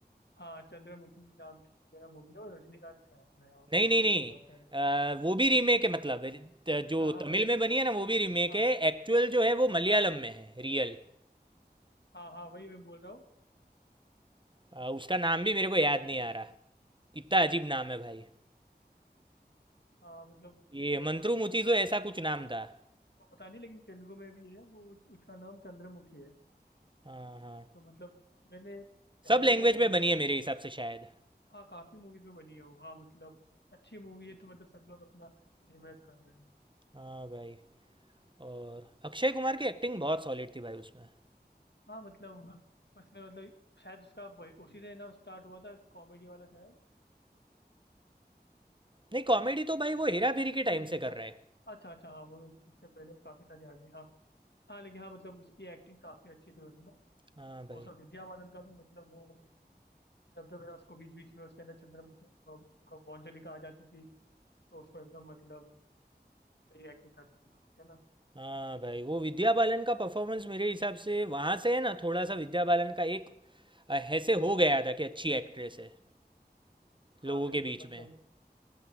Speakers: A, on the left; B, on the right.
A: हाँ चंद्रमुखी नाम की मेरा मूवी है और रजनीकांत का है उसमें और
B: नहीं नहीं नहीं
A: डॉक्टर है
B: आ, वो भी रीमेक है मतलब त- जो
A: हाँ हाँ
B: तमिल
A: पता है
B: में बनी है ना वो भी रीमेक
A: हाँ
B: है एक्चुअल जो है वो मलयालम में है रियल
A: हाँ हाँ वही मैं बोल रहा हूँ
B: आ, उसका नाम भी मेरे को याद नहीं आ रहा इतना अजीब नाम है भाई
A: हाँ मतलब
B: ये मंत्रू मुचिजो ऐसा कुछ नाम था
A: वो पता नहीं लेकिन तेलुगु में भी है वो उसका नाम चंद्रमुखी है
B: हाँ हाँ
A: तो मतलब मैंने पहले
B: सब लैंग्वेज
A: मैंने
B: में
A: भूल
B: बनी
A: भुलैया
B: है मेरे
A: नहीं
B: हिसाब से शायद
A: हाँ काफी मूवीज में बनी है वो हाँ मतलब अच्छी मूवी है तो मतलब सब लोग अपना रिमेक कर रहे हैं
B: हाँ भाई और अक्षय कुमार की एक्टिंग बहुत सॉलिड थी भाई उसमें
A: हाँ मतलब उसमें मतलब शायद उसका वही- उसी से ना स्टार्ट हुआ था कॉमेडी वाला शायद
B: नहीं कॉमेडी तो भाई वो हेरा फेरी के
A: नहीं
B: टाइम
A: नहीं
B: से
A: अच्छा
B: कर रहा है
A: अच्छा अच्छा हाँ वो उससे पहले काफी सारे आ गए हाँ हाँ लेकिन हाँ मतलब उसकी एक्टिंग काफी अच्छी थी उसमें और
B: हाँ भाई
A: उसका विद्या बालन का भी मतलब वो जब जब है ना उसको बीच बीच में उसके अंदर चंद्रमुखी अ, मंजुलिका आ जाती थी तो उसको एकदम मतलब सही एक्टिंग करती थी वो है ना
B: हाँ भाई वो विद्या बालन का परफॉर्मेंस मेरे हिसाब से वहाँ से है ना थोड़ा सा विद्या बालन का एक अ, ऐसे हो गया था कि अच्छी एक्ट्रेस है लोगों
A: हाँ बिल्कुल
B: के बीच
A: मतलब
B: में